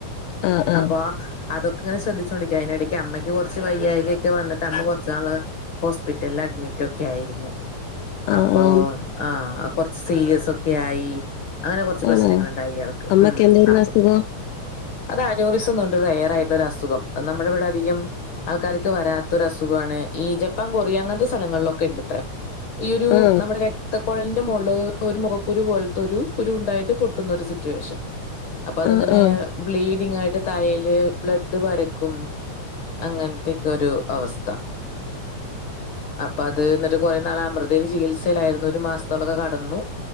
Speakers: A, on the left; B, on the left.
A: ആ ആ
B: അപ്പൊ അതൊക്കെങ്ങിനെശ്രദ്ധിച്ചോണ്ടിക്ക അതിനിടക്ക് അമ്മയ്ക്ക് കൊറച്ച് വയ്യായ്കെക്കെ വന്നിട്ട്മ്മ കൊ- കുറച്ചു നാൾ ഹോസ്പിറ്റല അഡ്മിറ്റ് ഒക്കെ ആയിരുന്നു
A: ആ ആ
B: അപ്പ ആഹ് കൊറച്ച് സീരിയസ് ഒക്കെ ആയി അങ്ങനെ കൊറച്ച് പ്രശ്നങ്ങളൊണ്ടായി
A: ആണോ
B: ഇയാൾക്ക്
A: അമ്മക്ക്
B: ഉം
A: എന്തായിരുന്നു
B: അപ്പൊ
A: അസുഖം
B: അത് അനോറിസൊണ്ടറിഞ് വേറായിട്ടുള്ള ഒരു അസുഖം നമ്മുടെ ഇവിടെ അധികം ആൾക്കാർക്ക് വരാത്തൊരസുഖ- ഖാണ് ഈ ജപ്പാൻ കൊറിയ അങ്ങനത്തെ സ്ഥലങ്ങളിലൊക്കെ ഇണ്ടത്രേ ഈ ഒരു
A: ആ
B: നമ്മുടെ രക്ത കൊഴലിന്റെ മോള് ഒരു മുഖക്കുരു പോലത്തെ ഒരു കുരു ഉണ്ടായിട്ട് പൊട്ടുന്നൊരു സിറ്റുവേഷൻ അപ്പൊ അത്ങ്ങനെ
A: ആ ആ ആ
B: ബ്ലീ ങ്ങായിട്ട് തലയില് ബ്ലഡ് പരക്കും അങ്ങനത്തെക്കെരു അവസ് ത്ത അപ്പൊ അത് എന്നിട്ട് കൊറേനാള് അമൃതേല് ചികിത്സേലായിരുന്നു ഒരു മാസത്തോളൊക്കെ കടന്നു